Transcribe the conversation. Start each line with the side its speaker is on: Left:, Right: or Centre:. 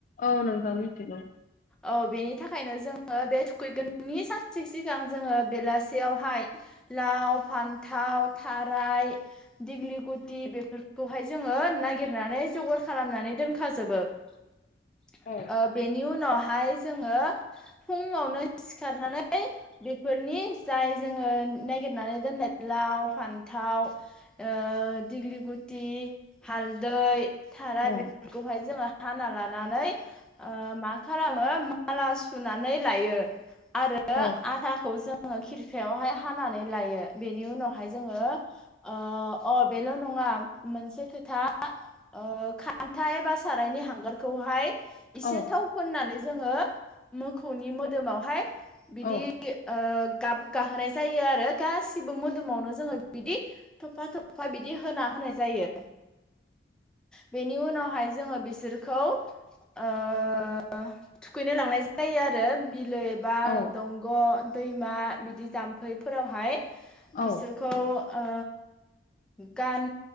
Left: औ नोंथां मिथिगौ।
Centre: औ बेनि थाखायनो जोङो बे थुखैगोननि सानसे सिगां जोङो बेलासेयावहाय लाव, फान्थाव, थाराय, दिग्लिगुटि बेफोरखौहाय जोङो नागिर नानै जगार खालामनानै दोनखा जोबो ओ
Left: औ
Centre: बेनि उनाव हाय जों ओ फुंआवनो खारनानै बेफोरनि जाय जोङो नागिरनानै दोननाय लाव, फान्थाव ओ दिग्लिगुटि हालदै थाराय
Left: औ
Centre: बेफोरखौहाय जोङो हाना लानानै ओ मा खालामो माला सुनानै लायो। आरो
Left: औ
Centre: आथाखौ जोङो खिर खायावहाय हानानै लायो बेनि उनावहाय जोङो ओ अ बेल' नङा मोनसे खोथा ओ खान्था एबा सारायनि हांगारखौहाय एसे
Left: औ
Centre: थाव नानै जोङो मोखौनि मोदोमावहाय बिदि
Left: औ
Centre: ओ गाब गाहोनाय जायो आरो गास बो मोदोमावनो जोङो बिदि थफा थफ्फा बिदि होना होनाय जायो। बेनि उनावहाय जोङो बिसोरखौ ओ ओ थुखैनो लांनाय जायो आरो बिलो एबा
Left: औ
Centre: दंग' दैमा बिदि जाम्फैफोरावहाय
Left: औ
Centre: बिसोरखौ ओ गान